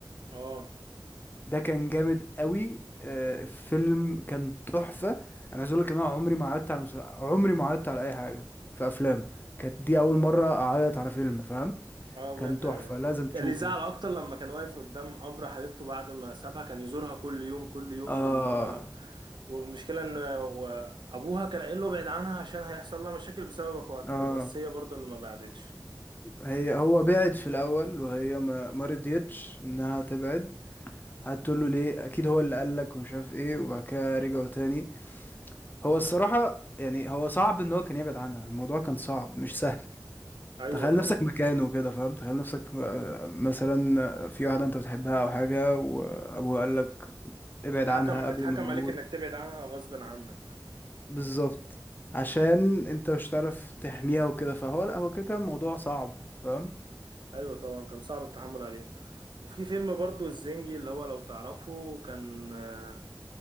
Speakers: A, on the right (about 75°); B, on the left (about 25°).
A: اه
B: ده كان جامد قوي آه، الفيلم كان تحفة أنا عايز أقول لك إن أنا عمري ما عيطت على مسل... عمري ما عيطت على أي حاجة في أفلام كانت دي أول مرة أعيط على فيلم فاهم
A: اه
B: كان
A: بجد
B: تحفة لازم تشوفه
A: كان اللي زعل أكتر لما كان واقف قدام قبر حبيبته بعد ما سابها كان يزورها كل يوم كل يوم
B: اه
A: لأن هو والمشكلة إن هو أبوها كان قايل له ابعد عنها عشان هيحصل لها مشاكل بسببك وهتموت
B: اه
A: بس هي برضه اللي ما بعدتش
B: هي هو بعد في الاول وهي ما ما رضيتش انها تبعد قعدت تقول له ليه اكيد هو اللي قال لك ومش عارف ايه وبعد كده رجعوا تاني هو الصراحه يعني هو صعب ان هو كان يبعد عنها الموضوع كان صعب مش سهل
A: أيوه
B: تخيل
A: طبعا
B: نفسك مكانه كده فاهم تخيل نفسك آه، مثلا في واحده انت بتحبها او حاجه وابوه قال لك ابعد
A: اتحكم
B: عنها
A: اتحكم
B: قبل ما يموت
A: عليك إنك تبعد عنها غصب عنك
B: بالظبط عشان انت مش هتعرف تحميها وكده فهو لا هو كده كان موضوع صعب فاهم
A: أيوه طبعا كان صعب التحمل عليه وفي فيلم برضو الزنجي اللي هو لو تعرفه كان آه،